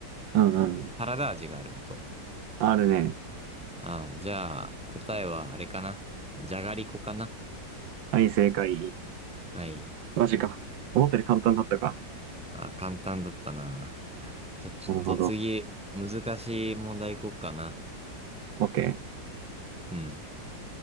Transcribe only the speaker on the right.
うんうん。
あるね。
はい、正解。
マジか。思ったより簡単だったか。
なるほど。
OK。